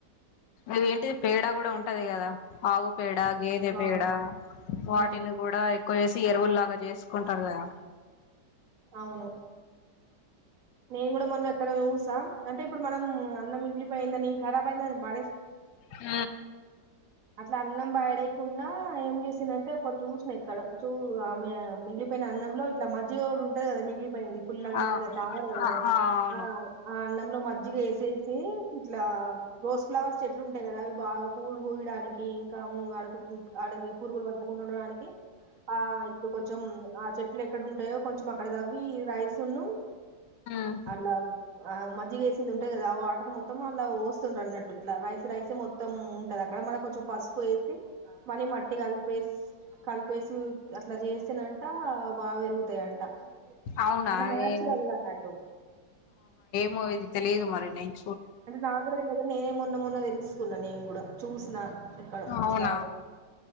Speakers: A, on the left (about 85°); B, on the right (about 50°).
A: అది ఏంటిది పేడ కూడా ఉంటది కదా ఆవు పేడ గేదె
B: ఆ
A: పేడ వాటిని
B: ఆ
A: కూడా ఎక్కువ వే ఎరువులు లాగా చేసుకుంటారు కదా
B: అవును నేను కూడా మొన్న ఎక్కడ చూసా అంటే ఇప్పుడు మనం అన్నం మిగిలి పయిందని ఖరాబ్ అయ్యింది అని బా
A: ఉ
B: అట్లా అన్నం బయడే కుండా ఏం చేసిందంటే ఒక చూసిన ఎక్కడో ఆమె మిగిలిపోయిన అన్నంలో ఇట్లా మాజీగా ఉంటంది మిగిలిపోయింది పుల్ల అయింది
A: ఆ
B: తాగరూ కదా
A: ఆ
B: ఎవరు
A: అవును
B: ఆ ఆ అన్నంలో మజ్జిగ వేసేసి ఇట్లా రోజ్ ఫ్లవర్స్ చెట్లు ఉంటాయి కదా అవి బాగా పూల్ దనికి ఇంకా అడుగు అడ పూరుగులు పట్టి డడానికి ఆ ఇప్పుడు కొంచెం ఆ చెట్లు ఎక్కడ ఉంటాయో కొంచెం అక్కడ దవ్వి రైసను
A: ఉమ్
B: అట్లా ఆ మజ్జగ వేసింది ఉంటాయి కదా ఆ వాటర్ మొత్తం అలా పోస్తుండ్రు అన్నట్టు ఇట్లా రైస్ రైసే మొత్తం ఉంటది అ అక్కడ మన కొంచెం పసుపు వేసి మళ్ళీ మట్టి కలిపే కలిపేసి అట్లా చేస్తసినంట బాగా వెరుగుతు టాయంట
A: అవునా
B: అంటే నాచురల్
A: ఏలు
B: కన్నాటూ
A: మో ఇది తెలియదు మరి నైను
B: అంటే నాకు కూడా తెలిదు నేనే మొన్న మొన్న తెలుసుకున్నా నేను కూడా చూసిన ఎక్కడ ఇట్లా
A: అవునా